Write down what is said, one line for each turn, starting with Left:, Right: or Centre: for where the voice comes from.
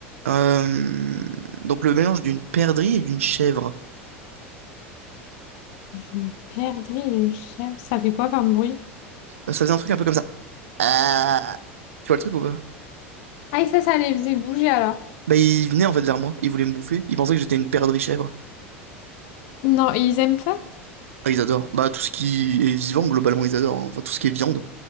Right: euh, donc le mélange d'une perdrix et d'une chèvre.
Left: Une perdrix, une chèvre. Ça fait quoi comme bruit?
Right: Euh, Ça faisait un truc un peu comme ça. Ah. Tu vois le truc ou pas?
Left: Ah, et ça, ça les faisait bouger alors.
Right: Bah, ils venaient en fait vers moi, ils voulaient me bouffer, ils pensaient que j'étais une perdrix chèvre.
Left: Non, et ils aiment ça?
Right: Ah, ils adorent. Bah, tout ce qui est vivant, globalement, ils adorent. hein. Enfin, tout ce qui est viande,